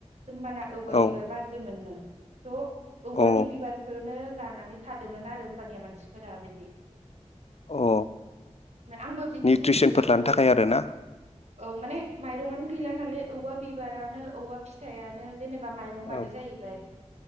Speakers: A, on the right; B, on the left.
A: होमबाना औवा बिबार
B: औ
A: बारदोमोननो त औवानि
B: अ
A: बिबारखौनो जानानै थादोमोन आरो हमबानिया मानसि- फोरा बिदि
B: अ
A: ओमफ्राय आंबो बिदिसो
B: निउट्रिसनफोर
A: मिथिगौ
B: लानो
A: औवाया
B: थाखाय आरोना
A: औ माने माइरंआनो गैला नालाय औवा बिबारानो औवा फिथाइयानो जेनेबा माइरं बादि
B: औ
A: जाहैबाय